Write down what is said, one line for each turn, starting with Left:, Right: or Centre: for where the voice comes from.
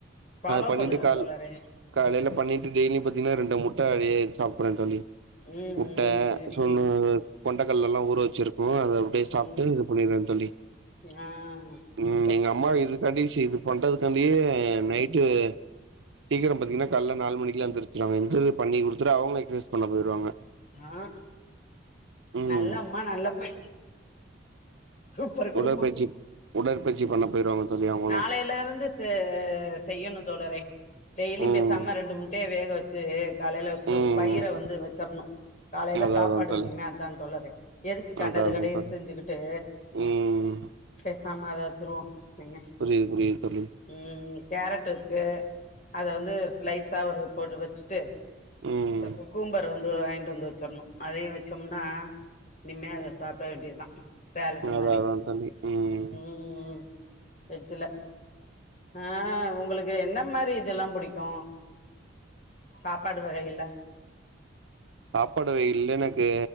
Left: ஃபாலோ
Right: அத பண்ணிட்டு
Left: பண்ணுங்க
Right: கால்
Left: தோழரே
Right: காலைல பண்ணிட்டு டெய்லி பா‌த்தீ‌‌ங்கன்னா ரெண்டு முட்ட‌ அவியாயி சாப்பிடுறே தோழி
Left: ம்
Right: முட்ட
Left: ம் வெரி
Right: சொன்னு
Left: குட்
Right: கொண்டைக்கடல ல்லாம் ஊற வச்சிருக்கும் அத டே சாப்ட்டு
Left: ம்
Right: இது பண்ணிருவேன் தோழி
Left: ஆ சூப்பர்
Right: ம் எங்க
Left: சூப்பர்
Right: அம்மா இது <unintelligible> இது பண்றதுக்காண்டியே நைட்டு சீக்கிரோ பாத்தீங்கன்னா காலைல நாலு மணிக்கு எந்திருச்சுருவாங்க <unintelligible> பண்ணி குடுத்துட்டு அவங்க எக்சசைஸ் பண்ண போயிவாங்க
Left: ஆ
Right: ம்
Left: நல்ல அம்மா நல்ல பைய சூப்பர் குடும்பம்
Right: உடற்பயிற்சி உடற்பயிற்சி பண்ண போயிருவாங்க தோழி அவுங்களு
Left: நாளையில இருந்து செய்யணு தோழரே டெய்லியு
Right: ம்
Left: பேசாம ரெண்டு முட்டைய வேக வெச்சு காலையில வெச்சுட்டு
Right: ம்
Left: ஒரு பயிர வந்து வெச்சிறணு காலையில
Right: அதா
Left: சாப்பாடு
Right: அதா தோழி
Left: இனிமே அத்தா தோழரே எதுக்கு கண்டது
Right: அதா அதா
Left: கடியது
Right: தோழி
Left: செஞ்சுக்கிட்டு
Right: ம்
Left: பேசாம அத வெச்சிருவோ இனிமே
Right: புரியுது புரியுது தோழி
Left: ம் கேரட் இருக்கு அத வந்து ஸ்லைஸா ஒரு போட்டு வெச்சுட்டு
Right: ம்
Left: இந்த குக்கும்பர் வந்து வந்து வெச்சிறணு அதையு வெச்சோம்னா இனிமே அத சாப்பிட வேண்டியதுதா சேலட்டு்
Right: அதா
Left: மாரி
Right: அதா தோழி ம்
Left: ம் ஃபிரிஜ்ல ஆ உங்களுக்கு என்ன மாரி இதெல்லா பிடிக்கு சாப்பாடு வகைகள்ல
Right: சாப்பாடு வகைகள்ல எனக்கு